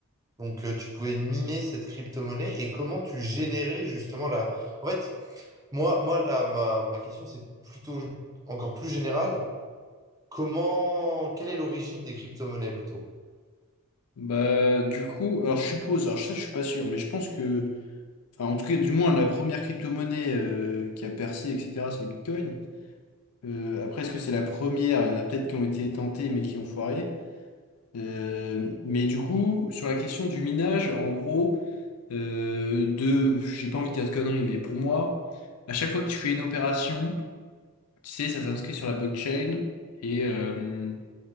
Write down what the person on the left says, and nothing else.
Bah, du coup, alors je suppose, alors ça, je suis pas sûr, mais je pense que, enfin, en tout cas, du moins, la première crypto-monnaie euh, qui a percé, etc., c'est le Bitcoin. Euh, après, est-ce que c'est la première? Il y en a peut-être qui ont été tentées, mais qui ont foiré. Euh, mais du coup, sur la question du minage, en gros, euh, de, j'ai pas envie de dire de conneries, mais pour moi, à chaque fois que tu fais une opération, tu sais, ça s'inscrit sur la blockchain et, euh,